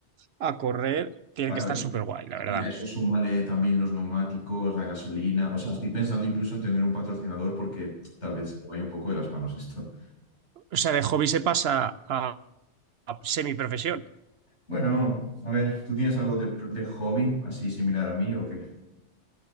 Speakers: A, on the right; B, on the left.
A: a correr tiene
B: Claro,
A: que estar
B: y
A: súper guay, la verdad.
B: y a eso súmale también los neumáticos, la gasolina. O sea, estoy pensando incluso en tener un patrocinador porque tal vez se me vaya un poco de las manos esto.
A: O sea, de hobby se pasa a, a semiprofesión.
B: Bueno, a ver, ¿tú tienes algo de, de hobby así similar a mí o qué?